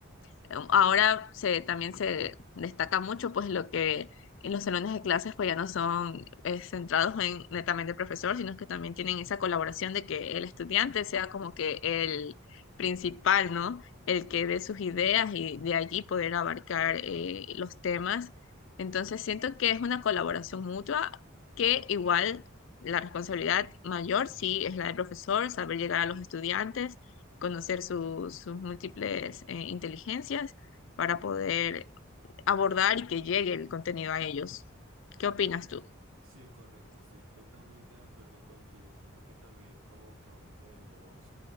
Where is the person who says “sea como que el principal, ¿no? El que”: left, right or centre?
Left